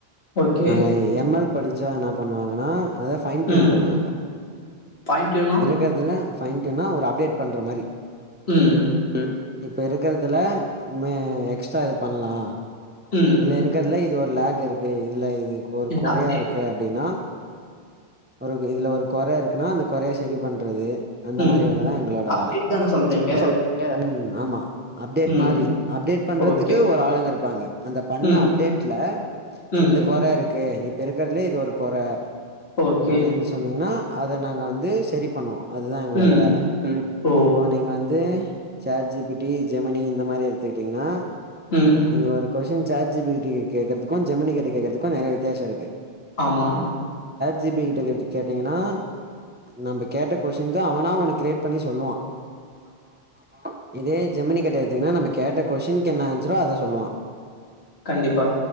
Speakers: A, on the left (about 75°); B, on the right (about 15°).
A: ஓகே.
B: அங்க எம் எல் படிச்சா என்ன பண்வாங்கன்னா அதை ஃபைன் ட்யுன்
A: ம்.
B: பண்வாங்க
A: பாயிண்ட் யூனோ?
B: இருக்கதுல பைன்ட்யுனா ஒரு அப்டேட் பண்ற மாரி
A: உம்
B: ம். இப்ப இருக்கதுல மே எக்ஸ்ட்ரா இது பண்லா
A: ம்.
B: இல்ல இருக்கதுல இ து ஒரு லேகு இருக் அ இல்ல இது ஒரு
A: இந்த
B: குறையா
A: அப்டேட்
B: இருக்கு அப்டின்னா பெறகு இதுல ஒரு கொற இருக்குன்னா அந்த கொறய சரி பண்றது அந்த
A: ம்.
B: மாரி வேலைதா எங்களோட
A: அப்டேட்
B: வேல
A: தான சொல்றீங்க?
B: சொல் உம் ஆமா அப்டேட்
A: ம்.
B: மாரி அப்டேட் பண்றதுக்கு
A: ஓகே.
B: ஒரு ஆளுங்க இருப்பாங்க அந்த பண்ண
A: ம்.
B: அப்டேட்ல
A: ம்.
B: இந்த கொர இருக்கு அ இப்ப இருக்கறதுலேயே இது ஒரு கொர
A: ஓகே.
B: அப்டின்னு சொன்னீங்கன்னா அத நாங்க வந்து சரி பண்ணுவோ அதுதா எங்களோட
A: ம்.
B: வேல ம்
A: ஓ!
B: இப்போ நீங்க வந்து சாட் ஜிபிட்டி ஜெமினி இந்த மாரி எடுத்துக்கிட்டீங்கன்னா
A: ம்.
B: நீங்க ஒரு கொஷின் சாட் ஜிபிட்டி கேக்கறது க்கும் ஜெமினி கிட்ட கேக்குறதுக்கு நெறைய வித்தியாஷோ இருக்கு
A: ஆமா
B: ஜிபி கிட்ட கேட்டீங்கன்னா நம்ப கேட்ட குவெஸ்டினுக்கு அவனா ஒன்னு கிரியேட் பண்ணி சொல்வா ஆமா இதே ஜெமினி கிட்ட எடுத்தீங்கனா நம்ம கேட்ட கொஸ்டின் என்ன ஆன்சரோ அத சொல்லுவா
A: கண்டிப்பா